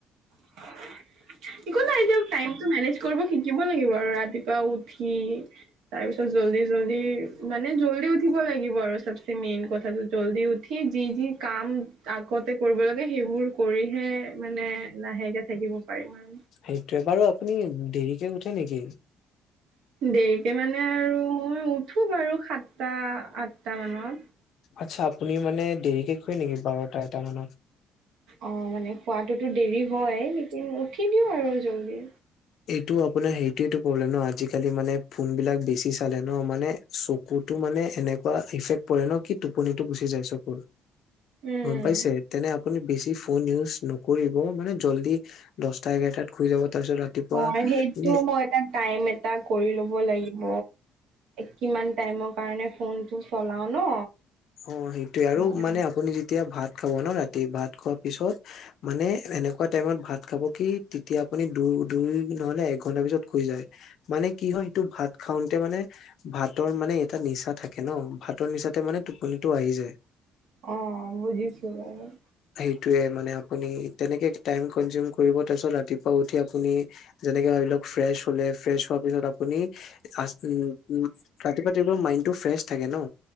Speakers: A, on the right (about 80°); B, on the left (about 70°).
A: হয় <unintelligible> একো নাই টাইমটো মেনেজ কৰিব শিকিব লাগিব আৰু ৰাতিপু পুৱা উঠি, তাৰ পিছত জল্দি-জল্দি, মানে জল্দি উঠিব লাগিব আৰু চবচে মেইন কথাটো। জলদি উঠি যি-যি কাম আগতে কৰিব লাগে সেইবোৰ কৰিহে মানে লাহেকে থাকিব পাৰিম আৰু।
B: সেইটোৱেই বাৰু আপুনি দেৰিকে উঠে নেকি?
A: দেৰিকে মানে আৰু মই উঠো বাৰু সাতটা আঠটা মানত।
B: আচ্ছা! আপুনি মানে দেৰিকে শুৱে নেকি বাৰটাত? ন <unintelligible>
A: অঁ মানে শুৱাতোটো দেৰি হয়, লেকিন উঠি দিও আৰু জলদি।
B: এইটো আপোনাৰ, সেইটোৱেইটো প্ৰব্লেম ন আজিকালি মানে ফোনবিলাক বেছি চালে ন, মানে চকুতো মানে এনেকুৱা ইফেক্ট পৰে ন, কি টোপনিটো গুচি যায় চকুৰ।
A: উম
B: গম পাইছে? তেনে আপুনি বেছি ফোন ইউজ নকৰি কৰিব মানে জল্দি দহটা এঘাৰটাত শুই যাব তাৰপিছত ৰাতিপুৱা
A: অঁ সেইটো
B: এনে
A: মই এটা টাইম এটা কৰি লব লাগিব। কিমান টাইমৰ কাৰণে ফোনটো চলাও ন?
B: অঁ সেইটোৱেই আৰু
A: হয়
B: মানে আপুনি যেতিয়া ভাত ভাত খাব ন ৰাতি, ভাত খোৱাৰ পিছত মানে এনেকুৱা টাইমত ভাত খাব কি তেতিয়া আপুনি দু-দুই নহলে এক ঘন্টা পিছত শুই যায়। মানে কি হয় সেইটো ভাত খাওঁতে মানে ভাতৰ মানে এটা নিচা থাকে ন, ভাতৰ নিচাতে মানে টোপনিটো আহি যায়।
A: অঁ বুজিছোঁ বাৰু।
B: সেইটোৱেই মানে আপুনি তেনেকে টাইম <unintelligible> কৰিব তাৰপিছত ৰাতিপুৱা উঠি আপুনি, যেনেকে ভাবি ল‌ওক ফ্ৰেচ হ'লে, ফ্ৰেচ হোৱা পিছত আপুনি আ <unintelligible> উম-উম ৰাতিপুৱা টাইমত মাইন টো ফ্ৰেছ থাকে ন